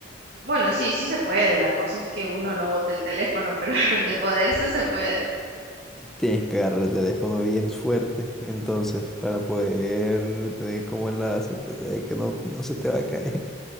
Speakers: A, on the right; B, in the centre.
A: Bueno, sí, sí se puede. La cosa es que uno no bote el teléfono, pero <laughs> de poderse se puede.
B: Tienes que agarrar el teléfono bien fuerte, entonces, para poder tener como la certeza de que no, no se te va a caer.